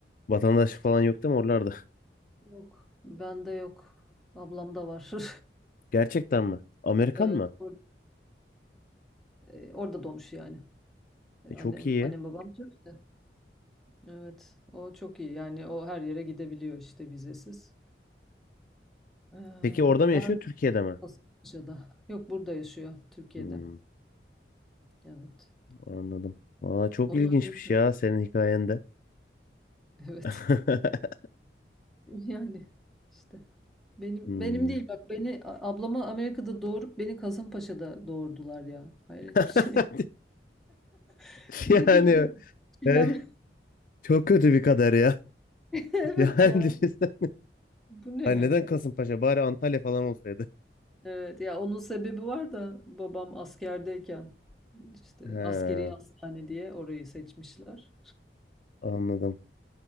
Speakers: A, on the left; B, in the centre.
A: Vatandaşlık
B: İşte
A: falan yok değil mi oralarda?
B: yok. Bende yok. Ablamda var. <laughs>
A: <laughs> Gerçekten mi? Amerikan
B: Evet.
A: mı?
B: or- e, orada doğmuş yani. E,
A: E, çok
B: Annem,
A: iyi.
B: annem babam Türk de. Evet, o çok iyi. Yani o her yere gidebiliyor işte vizesiz. Ee,
A: Peki orada mı
B: ben
A: yaşıyor Türkiye'de mi?
B: Kasımpaşa'da. Yok burada yaşıyor, Türkiye'de.
A: Hmm,
B: Evet.
A: anladım. Valla çok
B: Onu
A: ilginçmiş
B: Amerika.
A: ya
B: <laughs>
A: senin hikayende.
B: Evet.
A: <laughs>
B: Yani işte benim
A: Hmm.
B: benim değil bak beni a- ablama Amerika'da doğurup beni Kasımpaşa'da doğurdular ya. Hayret
A: <laughs>
B: bir şey. <laughs> Nedir
A: Yani
B: bu çilem?
A: e,
B: <laughs>
A: çok kötü bir kader ya.
B: Evet
A: <laughs> Yani
B: ya.
A: düşünsene.
B: Bu ne
A: Ay
B: ya?
A: neden Kasımpaşa? Bari Antalya falan olsaydı.
B: Evet ya onun sebebi var da babam askerdeyken işte
A: He,
B: askeri hastane diye orayı seçmişler.
A: anladım.